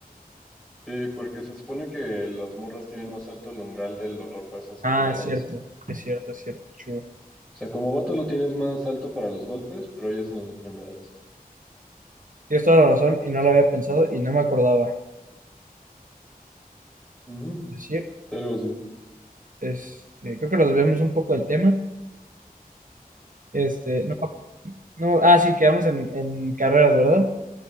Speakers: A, in the centre; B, on the right.
A: Sí, porque se supone que las morras tienen más alto el umbral del dolor para esas enfermedades.
B: Ah, es cierto, es cierto, es cierto, true.
A: O sea, como vato lo tienes más alto para los golpes, pero ellas en las enfermedades.
B: Tienes toda la razón y no lo había pensado y no me acordaba.
A: Ujú,
B: Es decir,
A: algo así.
B: este, creo que nos desviamos un poco del tema. Este, no, no, ah, sí, quedamos en, en carreras, ¿verdad?